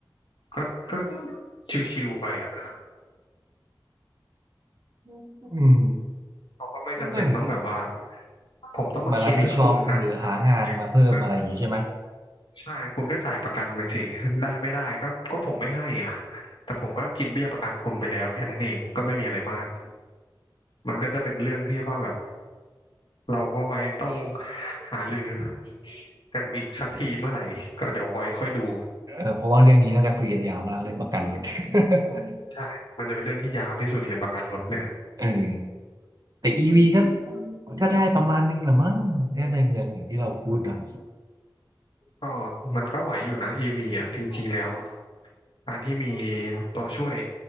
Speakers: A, on the left; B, on the right.
A: ก็ก็ชิวๆไปอ่ะ
B: อืม
A: เขาก็ไม่จำเป็นต้องแบบว่า
B: นั่นแหละ
A: ผมต้องมาเคลมให้คุณนะอย่างเงี้ยเออ
B: มารับผิดชอบหรือหางานมาเพิ่มอะไรอย่างงี้ใช่ไหม
A: ใช่คุณก็จ่ายประกันไปสิได้ไม่ได้ก็ก็ผมไม่ให้อ่ะแต่ผมก็กินเบี้ยประกันคุณไปแล้วแค่นั้นเองก็ไม่มีอะไรมากมันก็จะเป็นเรื่องที่พ่อแบบเราก็ไว้ต้องหารือกันอีกสักทีเมื่อไหร่ก็เดี๋ยวไว้ค่อยดู
B: เออเพราะว่าเรื่องนี้น่าจะคุยกันยาวมากเรื่องประกันรถ <laughs>
A: ใช่มันจะเป็นเรื่องที่ยาวที่สุดเลยประกันรถเนี่ย
B: เออแต่อีวีก็ก็ได้ประมาณนึงละมั้งแค่ยในเมืองอย่างที่เราพูดนะ
A: ก็มันก็ไหวอยู่นะอีวีอ่ะจริงๆแล้ว การที่มีตัวช่วย